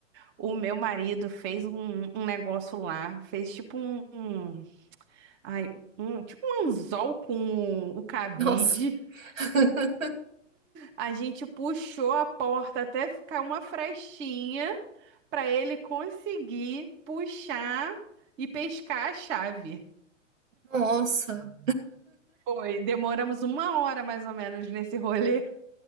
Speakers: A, on the right; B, on the right.
A: O meu marido fez um, um negócio lá, fez tipo um, um- ai, um- tipo um anzol com o, cabide.
B: Nossa. <laughs>
A: A gente puxou a porta até ficar uma frestinha pra ele conseguir puxar e pescar a chave.
B: Nossa.
A: Foi, demoramos uma hora mais ou menos nesse rolê.